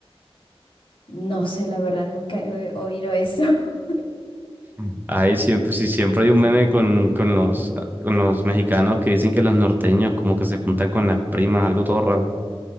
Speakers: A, on the left; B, on the right.
A: No sé la verdad, nunca he o- oído eso. <laughs>
B: Mm. Ay, siempre, sí, siempre hay un meme con, con los, con los mexicanos que dicen que los norteños como que se juntan con las primas, algo todo raro.